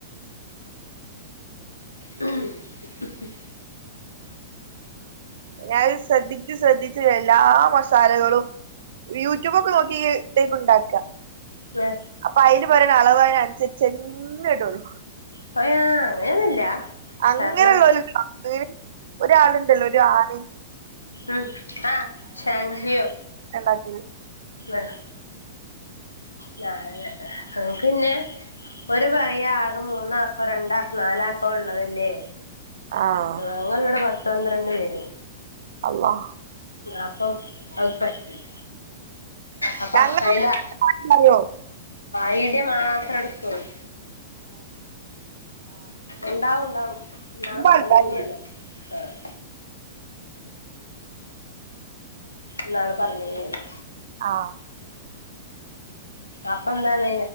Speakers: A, on the left; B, on the right.
A: മ്മ്ഹ്.
B: ഞാന് ശ്രദ്ധിച്ച് ശ്രദ്ധിച്ച് എല്ലാ മസാലകളും യൂട്യൂബൊക്കെ നോക്കി. ട്ടേക്കുണ്ടാക്ക.
A: ലെ.
B: അപ്പൊ അയിൽ പറയണ അളവ് അയ്നൻസരിച്ചനെ ഇടൊളു.
A: പ്പൊ ഞാൻ അങ്ങനെയൊന്നുല്ല.
B: അങ്ങനെയുള്ളോൽ
A: കാരണം
B: <unintelligible> ഒരാളുണ്ടല്ലോ ഒരു ആനി.
A: ഉം ആഹ് ഷാൻജിയോ.
B: ഉണ്ടാക്കല്
A: ഏഹ്. നാന് നമ്മക്ക് പിന്നെ ഓര് പറയാ ആകെ മൂന്നാക്കോ രണ്ടാക്കോ നാലാക്കോ ഉള്ളതല്ലേ
B: ആഹ്
A: ഞങ്ങള് ഇവിടെ പത്തു പന്ത്രണ്ട് പേര്ണ്ട്
B: അല്ലാഹ്
A: അപ്പം അത് പറ്റില്ല അപ്പൊ
B: ഞങ്ങ <unintelligible>
A: അയിന്റെ ഐഡിയ മാത്രടക്കോള്ളു ഇണ്ടാവുംണ്ടാവും ഇന്നാള്
B: ആൾക്കാരുണ്ട്
A: പറഞ്ഞീനിയല്ലേ ആഹ് ന്നാള് പറഞ്ഞീനിയല്ലോ
B: ആഹ്
A: അപ്പ എന്താണ്